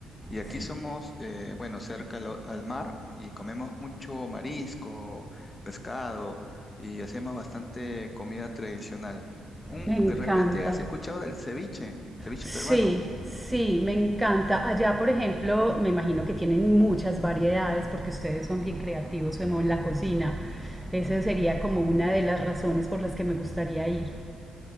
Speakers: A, on the left (about 25°); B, in the centre.
A: Y aquí
B: sí,
A: somos, eh, bueno, cerca al, o- al mar y comemos mucho marisco, pescado y hacemos bastante comida tradicional. Un,
B: me encanta.
A: ¿de repente has escuchado del ceviche, ceviche
B: Sí,
A: peruano?
B: sí, me encanta. Allá, por ejemplo, me imagino que tienen muchas variedades porque ustedes son bien creativos como en la cocina. Esa sería como una de las razones por las que me gustaría ir.